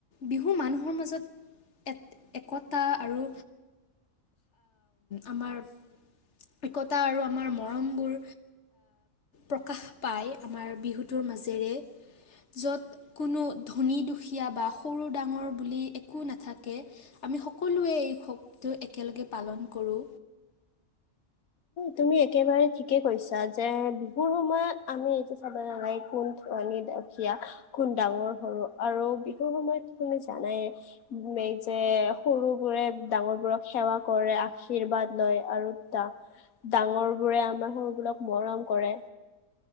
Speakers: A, on the left; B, on the left.
A: বিহু মানুহৰ মাজত এক একতা আৰু আমাৰ একতা আৰু আমাৰ মৰমবোৰ প্ৰকাশ পায় আমাৰ বিহুটোৰ মাজেৰে, য'ত কোনো ধনী দুখীয়া বা সৰু ডাঙৰ বুলি একো নাথাকে আমি সকলোৱে এই উৎসৱটো একেলগে পালন কৰোঁ।
B: তুমি একেবাৰে ঠিকে কৈছা যে বিহুৰ সময়ত আমি এইটো চাব নালাগে কোন ধুনী-দুখীয়া কোন ডাঙৰ সৰু আৰু বিহুৰ সময়ত তুমি জানাই যে সৰু বোৰে ডাঙৰ বোৰক সেৱা কৰে আশীৰ্বাদ লয় আৰু ডাঙৰবোৰে আমাৰ সৰুবোৰক মৰম কৰে,